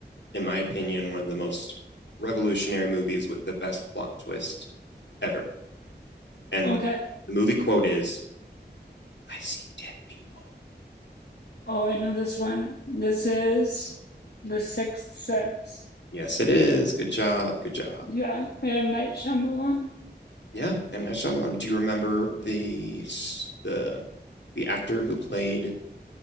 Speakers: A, on the left (about 75°); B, on the left (about 60°).
A: in my opinion, one of the most revolutionary movies with the best plot twist ever. And
B: Okay.
A: the the movie quote is, "I see dead people."
B: Oh, I know this one. This is The Sixth Sense.
A: Yes, it is. Good job. Good job.
B: Yeah, I am Night Shyamalan.
A: Yeah, M Night Shyamalan. Do you remember the the the actor who played